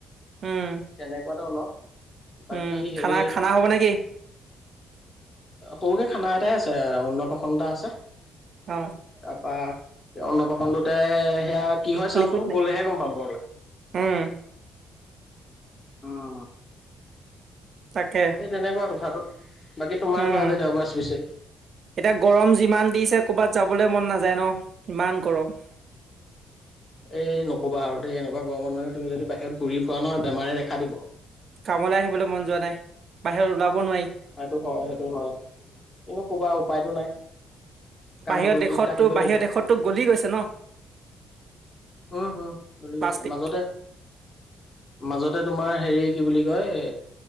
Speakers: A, on the right; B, on the left.
A: উম
B: তেনেকুৱা ধৰণৰ বাকী
A: উম
B: হেৰি
A: খানা খানা হ'ব নেকি
B: সৰুকে খানা এটাই আছে অন্নপাসন এটা আছে
A: অ
B: তাৰপা অন্নপ্ৰশনটোতে সেয়া কি হয় চাওচোন
A: লিকুইড নাই
B: গলেহে গম পাম বৰলৈ
A: উম
B: আহ
A: তাকে
B: সেই তেনেকুৱা কথাটো বাকী তোমাৰ
A: উম
B: কোৱা আজি দেওবাৰ স্পেচিয়েল?
A: এতিয়া গৰম যিমান দিছে ক'ৰবাত যাবলৈ মন নাযায় ন ইমান গৰম
B: এই নকবা আৰু দেই এনেকুৱা গৰমত মানে তুমি যদি বাহিৰত ঘূৰি পোৱা নহয় বেমাৰে দেখা দিব
A: কামলৈ আহিবলৈ মন যোৱা নাই বাহিৰত ওলাব নোৱাৰি
B: সটো হয় সেইটো হয় কিন্ত কবাৰ উপায়তটো নাই কাম
A: বাহিৰৰ
B: কৰিছো
A: দেশতটো
B: যেতিয়া আহিব
A: বাহিৰৰ
B: লাগিব।
A: দেশটো গলি গৈছে ন
B: উম হম চলি
A: প্লাষ্টিক
B: গৈছে মাজতে মাজতে তোমাৰ হেৰী কি বোলি কয় এ